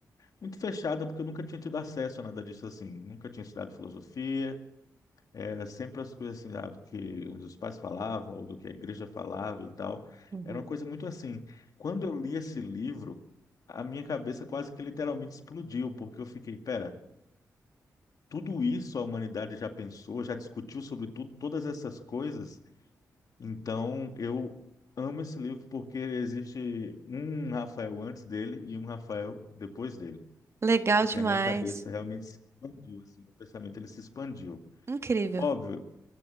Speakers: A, on the left; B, on the right.
A: muito fechada, porque eu nunca tinha tido acesso a nada disso assim. Nunca tinha estudado filosofia, era sempre as coisas assim, ah, do que os meus pais falavam, ou do que a igreja falava e tal.
B: Uhum.
A: Era uma coisa muito assim. Quando eu li esse livro, a minha cabeça quase que literalmente explodiu, porque eu fiquei, pera, tudo isso a humanidade já pensou, já discutiu sobre tudo, todas essas coisas. Então, eu amo esse livro porque existe um Rafael antes dele e um Rafael depois dele.
B: legal
A: Porque
B: demais.
A: a minha cabeça realmente se expandiu, assim, o pensamento ele se expandiu.
B: Incrível.
A: Óbvio,